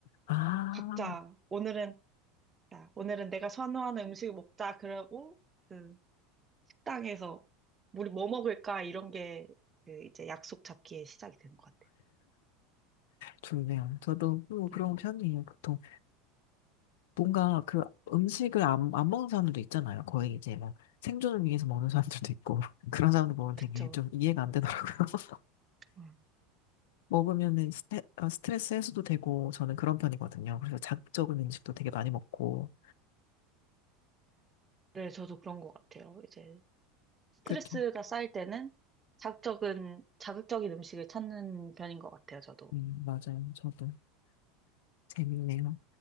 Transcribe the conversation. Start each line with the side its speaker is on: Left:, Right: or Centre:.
Left: 아,
Right: 각자 오늘은 야, 오늘은 내가 선호하는 음식을 먹자 그러고 그 식당에서 우리 뭐 먹을까 이런 게 그 이제 약속 잡기에 시작이 되는 것 같아요.
Left: 좋네요. 저도 뭐 그런
Right: 네.
Left: 편이에요, 보통. 뭔가 그 음식을 안, 안 먹는 사람들도 있잖아요. 거의 이제 막 생존을 위해서 먹는 사람들도 있고. <laughs> 그런 사람들 보면
Right: 그쵸.
Left: 되게 좀 이해가 안 되더라고요. <laughs>
Right: 음.
Left: 먹으면은 스테, 어, 스트레스 해소도 되고, 저는 그런 편이거든요. 그래서 자극적인 음식도 되게 많이 먹고.
Right: 네, 저도 그런 것 같아요. 이제 스트레스가
Left: 그렇죠.
Right: 쌓일 때는 자극적인 자극적인 음식을 찾는 편인 것 같아요. 저도.
Left: 음, 맞아요. 저도. 재밌네요.